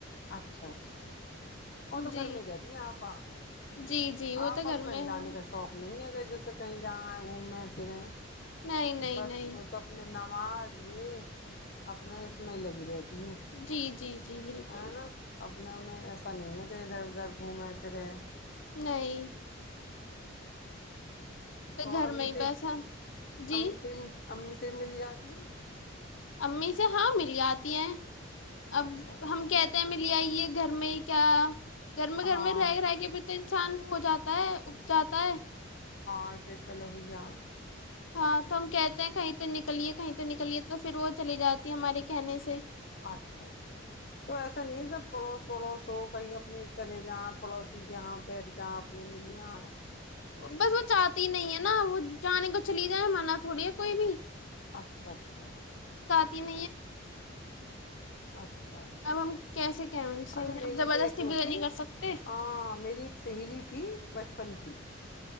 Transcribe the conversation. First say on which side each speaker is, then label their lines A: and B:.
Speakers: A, on the left (about 55°); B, on the left (about 75°).
A: اچھا اچھا وہ تو
B: جی
A: گھر میں ہی رہتی ہیں آپ
B: جی جی وہ
A: آپا
B: تو گھر
A: کو کہیں
B: میں
A: جانے
B: ہم
A: کا شوق نہیں ہے جیسے کہیں جااں ہے گھومے پھریں
B: نہیں نہیں
A: بس
B: نہیں
A: وہ تو اپنے نماز یہ اپنے اس میں لگی رہتی ہیں
B: جی جی جی بالکل
A: ہے نا اپنے انہنے ایسا نہیں ہے کہ ادھر ادھر گھومے پھرے
B: نہیں تو
A: اور
B: گھر
A: امی
B: میں ہی
A: سے
B: بس ہم جی
A: امی سے امی سے بھی مل جاتی ہیں
B: امی سے ہاں مل جاتی ہیں اب
A: اچھا اچھا
B: ہم کہتے ہیں ملے آئیے گھر میں ہی کیا گھر میں گھر
A: ہاں
B: میں رہ رہ کے بتے ہیں چند ہو جاتا ہے اگ جاتا ہے
A: آ کے چلو ہویا
B: ہاں تو ہم کہتے ہیں کہیں پہ نکلیے کہیں تو نکلیے تو پھر وہ چلی جاتی ہے ہمارے کہنے سے
A: اچھا اچھا تو ایسا نہیں ہے سب پڑوس پڑوس ہو کہیں اپنے چلے جا پڑوسی کےاں بیٹھ جااں اپنے مل یہ
B: بس وہ چاہتی ہی نہیں ہے نا وہ جان کو چلی جائے مرا تھوڑی ہے کوئی بھی
A: اچھا اچھا
B: تین
A: اچھا اچھا
B: اب ہم کیسے کہیں ان سے
A: ارے میری
B: اب زبردستی
A: تو ایک وہ
B: بھی
A: تھی
B: نہیں کر سکتے
A: ہ میری ایک سہیلی تھی بچپن کی